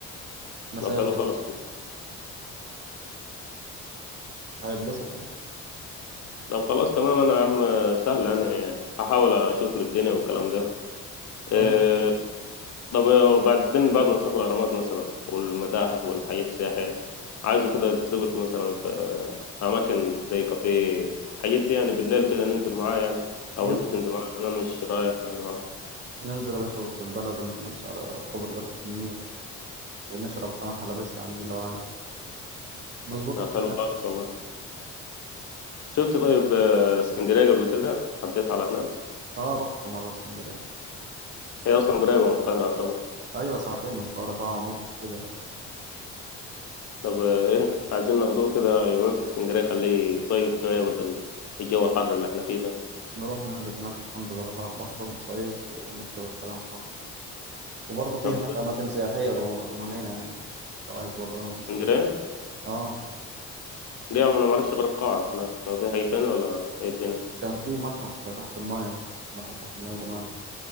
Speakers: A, on the right; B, on the left.
A: مساجد
B: طب حلو خالص
A: هيتبسط يعني
B: طب خلاص تمام انا يا عم آه، سهل يعني هحاول اشوف له الدنيا والكلام ده آه،
A: فما
B: طب وبعدين بعد ما تروح الأهرامات مثلا والمتاحف والحاجات السياحية عايزه كده تظبط مثلا في أماكن زي كافيه الحاجات دي يعني بالليل كده ننزل معاه يعني أو
A: ين-
B: أنت تنزل معاه لأن أنا مش رايح يعني معاكم
A: ننزل يا باشا وسط البلد ونتمشى على كوبري قصر النيل ونشرب كمان حلبس على النيل لو عايز مظبوط
B: طب
A: له الكلام
B: حلو خالص والله شفت طيب آه، اسكندرية قبل كده عديت على هناك
A: أه رحت مرة اسكندرية
B: هي أصلا قريبة من القاهرة طبعا
A: أيوة ساعتين من القاهرة ساعة ونص كده
B: طب <laughs> آه، إيه عايزين ناخدوه كده يومين في اسكندرية خليه يصيف شوية بدل الجو الحر اللي احنا فيه ده
A: نروح ننزل هناك وننضغ يا باشا على البحر ونصيف ونخرب الكلام خالص وبرضه في
B: طب
A: هناك أماكن سياحية رو- رومانية يعني لو عايز برضه أماكن
B: اسكندرية
A: سياحية آه
B: دي يا عم أنا معرفش غير القاعة هناك هو في حاجة تانية ولا إيه الدنيا؟
A: كان في متحف تحت الماية متحف تحت الماية روماني